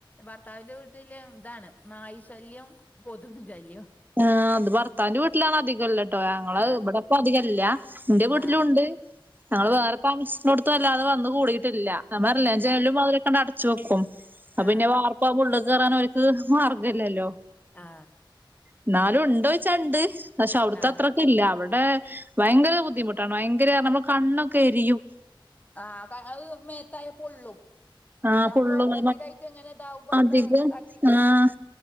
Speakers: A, on the left; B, on the right.
A: ഭർത്താവിന്റെ വീട്ടില് ഇതാണ് നായ് ശല്യം കൊതുകും ശല്യവും
B: ആ അത് ഭർത്താന്റെ വീട്ടിലാണ് അധികംള്ള കേ ഞങ്ങള്
A: ആ
B: ഇവിടെപ്പ അധികല്ല എന്റെ വീട്ടിലും
A: ആ
B: ഉണ്ട് ഞങ്ങള്
A: ആ
B: വേറെ താമസിക്ക.. ല്ലാതെ വന്ന കൂടിയിട്ടില്ല നമ്മല്ലും
A: ആ
B: അതിലൊക്കെ അടച്ചു വെക്കും
A: ആ
B: പിന്നെ വാർ. ഇപ്പ പുള്ള കയറാൻക്ക് മാർഗംമല്ലല്ലോ.
A: ആ
B: എന്നാലും ഉണ്ടോ ചോച്ചാണ്ട് പക്ഷെ അവിടത്തെ
A: ആ
B: അത്രൊക്കെ ഇല്ല അവിടെ. ഭയങ്കര ബുദ്ധിമുട്ടാണ് ഭയങ്കര നമ്മ കണ്ണൊക്കെ എരിയും..
A: ആഹ് തക് ത് മേത്തായ പൊള്ളും
B: ആഹ്
A: നമ്മൾ
B: പുള്ളും
A: ഉറക്കത്തിലായിട്ട് എങ്ങനെ ഇതാവുമ്പോ നമ്മള്
B: അധികം
A: അങ്ങ് തട്ടി
B: ആഹ..